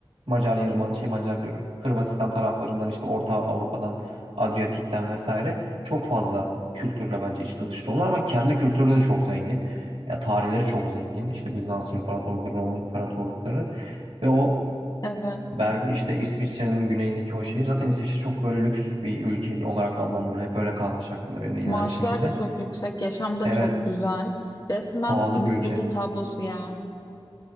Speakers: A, on the right; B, on the left.
A: Macar yarım şey Macar diyorum. Hırvatistan taraflarından işte Orta Avrupa'dan, Adriyatik'ten vesaire çok fazla kültürle bence içli dışlı olur ama kendi kültürü de çok zengin. Ya tarihleri çok zengin. İşte Bizans İmparatorlukları, Roma İmparatorlukları ve o
B: Evet.
A: Berg işte İsviçre'nin güneyindeki o şehir zaten İsviçre çok böyle lüks bir ülke olarak adlandırılıyor. Hep öyle kalmış aklımda benim yine
B: Maaşlar
A: aynı şekilde.
B: da çok yüksek, yaşam da
A: Evet,
B: çok güzel. Resmen
A: pahalı
B: mutluluğun
A: bir ülke.
B: tablosu ya.